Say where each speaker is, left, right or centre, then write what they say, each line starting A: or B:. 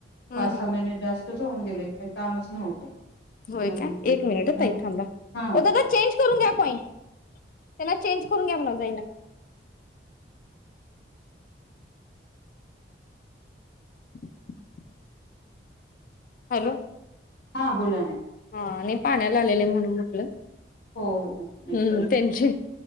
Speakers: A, on the left; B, on the left.
A: हम्
B: पासा
A: हम्
B: महीने जास्त होऊन गेले काही कामच नव्हतं
A: होय
B: हम्म
A: का एक मिनिट ह ताई थांबा
B: हा
A: ओ दादा चेंज करून घ्या कॉइन त्यांना चेंज करून घ्या म्हणाव जाईना <inaudible> हॅलो
B: हा बोला ना
A: ह नाही पाण्याला आलेले म्हणून म्हटलं
B: हो हो
A: हम्म
B: हो
A: त्यांची